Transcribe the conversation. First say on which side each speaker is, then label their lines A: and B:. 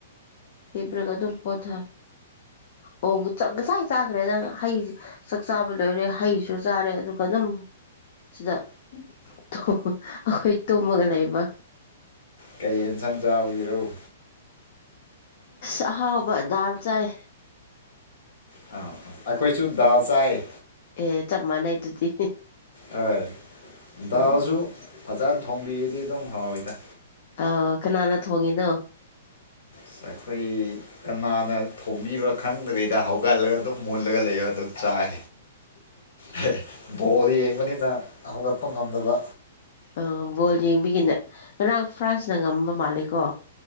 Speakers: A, on the left (about 50°); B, on the left (about 70°).
A: ꯍꯤꯞꯔꯒ ꯑꯗꯨꯝ ꯄꯣꯊꯥꯏ ꯑꯣ ꯉꯥ ꯉꯁꯥꯏ ꯆꯥꯈ꯭ꯔꯦꯗ ꯍꯩ ꯆꯥꯛ ꯆꯥꯕ ꯂꯣꯏꯔꯦ ꯍꯩꯁꯨ ꯆꯥꯔꯦ ꯑꯗꯨꯒ ꯑꯗꯨꯝ ꯁꯤꯗ ꯊꯣ ꯑꯩꯈꯣꯏ ꯇꯨꯃꯒꯥ ꯂꯩꯕ
B: ꯀꯩ ꯌꯦꯟꯁꯥꯡ ꯆꯥꯕꯒꯤꯔꯛꯎ
A: ꯍ ꯍꯥꯎꯕ ꯜ ꯆꯥꯏ
B: ꯑ ꯑꯩꯈꯣꯏꯁꯨ ꯗꯥ ꯆꯥꯏ
A: ꯑꯦ ꯆꯞ ꯃꯥꯟꯅꯩ ꯍꯥꯏꯗꯗꯤ
B: ꯍꯣꯏ ꯗꯥꯎꯁꯨ
A: ꯑꯣ
B: ꯐꯖꯅ ꯊꯣꯡꯕꯤꯗꯤ ꯑꯗꯨꯝ ꯍꯥꯎꯋꯤꯗ
A: ꯑ ꯀꯅꯥꯅ ꯊꯣꯡꯉꯤꯅꯣ
B: ꯁ ꯑꯩꯈꯣꯏ ꯀꯅꯥꯅ ꯊꯣꯡꯝꯕꯤꯕꯥ ꯈꯪꯗ꯭ꯔꯔꯤꯗ ꯍꯧꯒꯠꯂꯒ ꯑꯗꯨꯝ ꯃꯨꯜꯂꯒ ꯂꯩꯕ ꯑꯗꯨ ꯆꯥꯏ ꯍꯦ ꯕꯣꯜ ꯌꯦꯡꯕꯅꯤꯅ ꯍꯧꯒꯠꯄ ꯉꯝꯗꯕ
A: ꯑ ꯕꯣꯜ ꯌꯦꯡꯕꯤꯒꯤꯅꯦ ꯉꯔꯥꯡ ꯐ꯭ꯔꯥꯟꯁꯅ ꯉꯝꯕ ꯃꯥꯜꯂꯦꯀꯣ